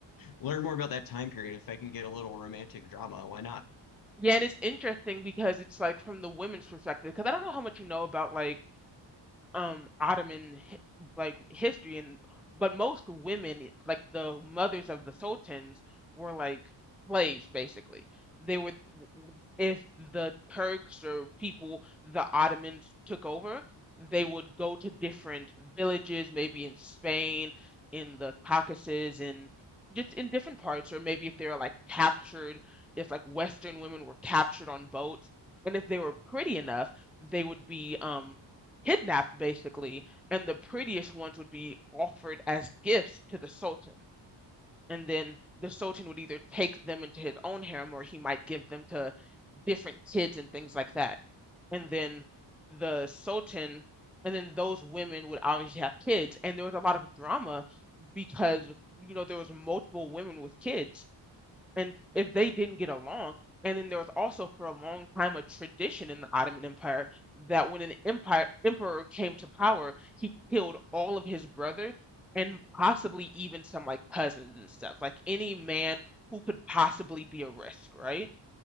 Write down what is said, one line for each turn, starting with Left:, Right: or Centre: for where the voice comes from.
Left: learn more about that time period if I can get a little romantic drama. Why not?
Centre: Yeah, and it's interesting because it's like from the women's perspective, because I don't know how much you know about like um Ottoman hi- like history and but most women it- like the mothers of the sultans were like slaves basically they were w- w- if the Turks or people the Ottomans took over they would go to different villages maybe in Spain in the Caucasus in just in different parts or maybe if they were like captured if like Western women were captured on boats and if they were pretty enough they would be um kidnapped basically, and the prettiest ones would be offered as gifts to the Sultan. And then the Sultan would either take them into his own harem or he might give them to different kids and things like that. And then the Sultan, and then those women would obviously have kids. And there was a lot of drama because, you know, there was multiple women with kids and if they didn't get along and then there was also for a long time a tradition in the ottoman empire that when an empire emperor came to power he killed all of his brothers and possibly even some like cousins and stuff like any man who could possibly be a risk right